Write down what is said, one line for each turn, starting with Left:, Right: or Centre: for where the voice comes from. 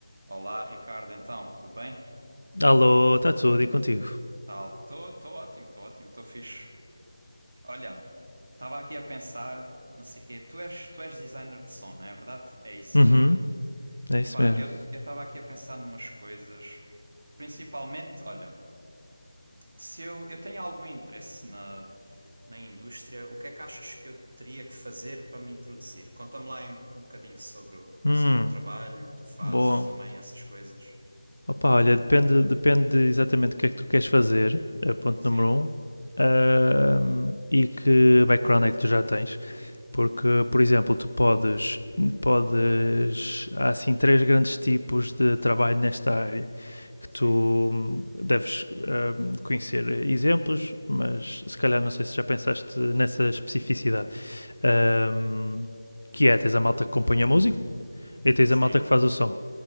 Right: Olá, Ricardo, então, tudo bem?
Left: Alô, está tudo e contigo?
Right: Tal. Estou ótimo, estou ótimo, estou fixe. Olha, estava aqui a pensar, não sei o quê. Tu és, tu és designer de som, não é verdade? É isso
Left: Uhum,
Right: mesmo.
Left: é isso
Right: Pá,
Left: mesmo.
Right: eu eu estava aqui a pensar numas coisas. Principalmente, olha, se eu, eu tenho algum interesse na, na indústria, o que é que achas que eu teria que fazer para me introduzir? Conta-me lá aí um, um bocadinho sobre o,
Left: Hum,
Right: sobre o trabalho, o que tu fazes
Left: bom.
Right: também, essas coisas.
Left: Opa, olha, depende, depende exatamente o que é que tu queres fazer, é ponto
Right: Sim,
Left: número um, ahm, e que background é que tu já tens. Porque, por exemplo, tu podes, podes, há assim três grandes tipos de trabalho nesta área.
Right: sim,
Left: Tu hum, deves hum, conhecer exemplos, mas se calhar não sei se já pensaste nessa especificidade. Ahm, que é, tens a malta que compõe a música e tens
Right: sim.
Left: a malta que faz o som.